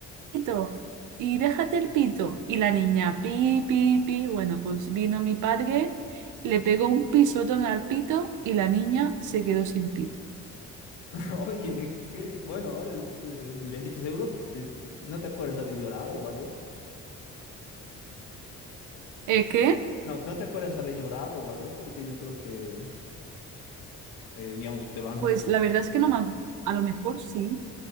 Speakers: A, on the right; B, on the left.
A: pito, y déjate el pito, y la niña, pi, pi, pi, bueno, pues vino mi padre, le pegó un pisotón al pito y la niña se quedó sin pito.
B: <laughs> Oye, qué bueno, ahora es eh, divertido. Seguro te- te- no te acuerdas haber llorado o algo.
A: ¿Es que?
B: No, no te acuerdas haber llorado o algo, porque yo creo que, eh, digamos, te lo han roto
A: Pues
B: tu
A: la
B: juguete.
A: verdad es que no me, ac- a lo mejor sí,